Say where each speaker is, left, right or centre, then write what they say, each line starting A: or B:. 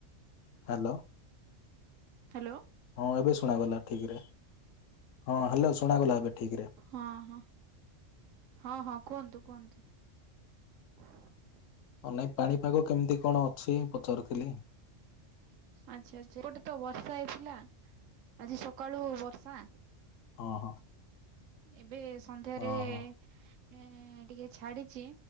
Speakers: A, on the left (about 90°); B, on the right (about 85°).
A: ହ୍ୟାଲୋ
B: ହ୍ୟାଲୋ
A: ହଁ ଏବେ ଶୁଣାଗଲା ଠିକ ରେ ହଁ ହ୍ୟାଲୋ। ଶୁଣାଗଲା ଏବେ ଠିକିରେ
B: ହଁ ହଁ ହଁ ହଁ କୁହନ୍ତୁ କୁହନ୍ତୁ। ହଁ <inaudible>
A: ହ ନାଇଁ ପାଣିପାଗ କେମିତି କଣ ଅଛି ପଚାରୁଥିଲି।
B: ଆଛା ଆଛା ଗୋଟେ ତ ବର୍ଷା ହେଇଥିଲା ଆଜି ସକାଳୁ ବର୍ଷା
A: ହଁ ହଁ
B: ଏବେ ସନ୍ଧ୍ୟାରେ
A: ଓହୋ
B: ଏଁ ଟିକେ ଛାଡିଛି